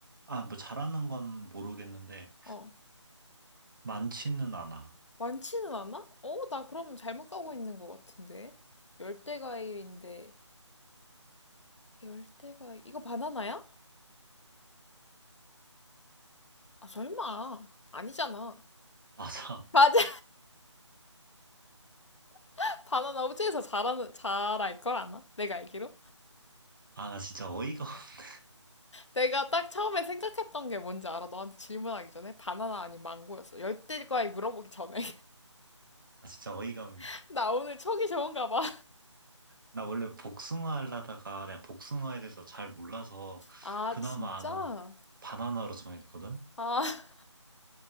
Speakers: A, on the right; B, on the left.
A: 아, 뭐 잘하는 건 모르겠는데,
B: 어.
A: 많지는 않아.
B: 많지는 않아? 어, 나 그럼 잘못 가고 있는 것 같은데. 열대 과일인데 열대과 이거 바나나야? 아 설마 아니잖아.
A: <laughs> 맞아.
B: 맞아. <laughs> 바나나 우주에서 잘하는 잘알 걸 아나? 내가 알기로.
A: 아, 나 진짜 어이가, <laughs>
B: 내가 딱 처음에 생각했던 게 뭔지 알아. 너한테 질문하기 전에 바나나 아닌 망고였어. 열대과에 물어보기 전에.
A: 나 진짜 어이가 없네.
B: <laughs> 나 오늘 촉이 좋은가 봐.
A: 나 원래 복숭아 하려다가 내가 복숭아에 대해서 잘 몰라서
B: 아
A: 그나마
B: 진짜?
A: 아는 바나나로 정했거든?
B: 아